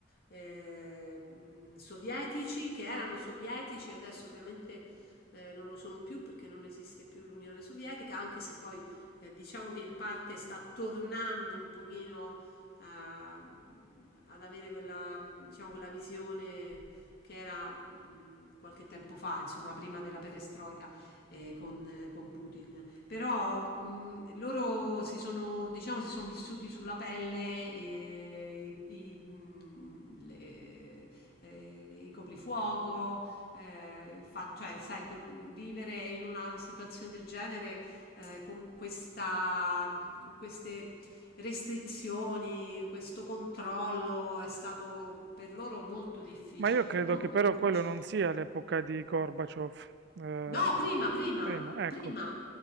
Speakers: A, on the left; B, on the right.
A: eh, mh, sovietici, che erano sovietici, adesso ovviamente eh, non lo sono più perché non esiste più l'Unione Sovietica, anche se poi eh, diciamo che in parte sta tornando un pochino a- ad avere quella, mh, diciamo, quella visione che era mh, qualche tempo fa, insomma, prima della perestroica eh, con con Putin. Però mh, loro si sono, diciamo, si sono vissuti sulla pelle eh, i, i, mh, le- eh, i coprifuoco, eh, il fa- cioè, sai, per un- vivere in una situazione del genere eh, con questa, con queste restrizioni, questo controllo è stato per loro molto difficile,
B: Ma io credo
A: molto
B: che però
A: difficile.
B: quello non sia l'epoca di Gorbaciov. eh,
A: No, prima, prima,
B: prima, ecco,
A: prima.